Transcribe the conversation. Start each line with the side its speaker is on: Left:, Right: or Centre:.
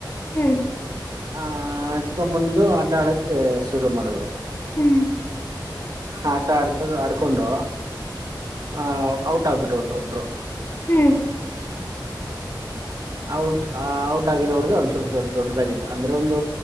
Left: ಹ್ಮ್
Right: ಆಹ ಹತ್ಕೊ ಬಂದು ಆಟ ಆಡಕ್ಕೆ ಶುರು ಮಾಡಿದ್ರು.
Left: ಹ್ಮ್
Right: ಆಟ ಆಡ್ತ ಆಡ್ಕೊಂಡು ಆ ಔಟ್ ಆಗ್ಬಿಟ್ಟದು ಒಬ್ರು.
Left: ಹ್ಮ್
Right: ಔಟ್ ಆ ಔಟ್ ಆಗಿರೋ ಹುಡ್ಗ ಒಂದಚೂರು ದೊಡ್ಡ ದೊಡ್ಡದಾಗಿದ್ದ ಅಂದ್ರೆ ಒಂದ್